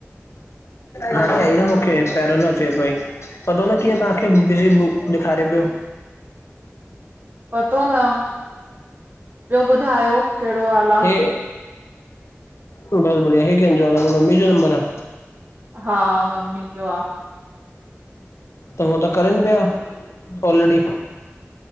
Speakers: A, on the right; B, on the left.
A: हलो
B: हाणे आई न मुखे पहिरियों न अचे पई पतो न कीअं तहांखे बिज़ी बु ॾेखारे पियो।
A: पतो न, ॿियो ॿुधायो कहिड़ो हाल आ?
B: ऐ, ऐ बस बढ़िया। हे कंहिंज आ मम्मी जो नंबर आ?
A: हा मम्मी जो आ।
B: त हूअ त करनि पिया ऑलरेडी।